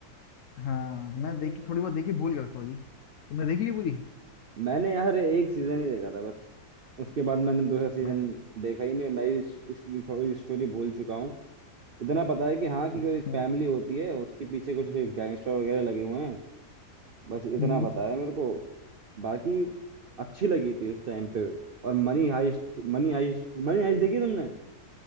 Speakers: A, on the left; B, on the right.
A: हाँ मैं देखी थोड़ी बहुत देखी भूल गया सॉरी तुमने देख ली पूरी
B: मैंने यार एक सीजन ही देखा था बस उसके बाद मैंने दूसरा सीजन
A: मैं
B: देखा ही नहीं मैं इस, इसकी थोड़ी स्टोरी भूल चुका हूँ इतना पता है कि हाँ कि
A: अच्छा
B: कोई फैमिली होती है उसके पीछे कुछ गैंगस्टर वगैरह लगे हुए हैं बस इतना
A: हम्म
B: पता है मेरे को बाकी अच्छी लगी थी उस टाइम पे और Money Heist Money Heist Money Heist देखी तुमने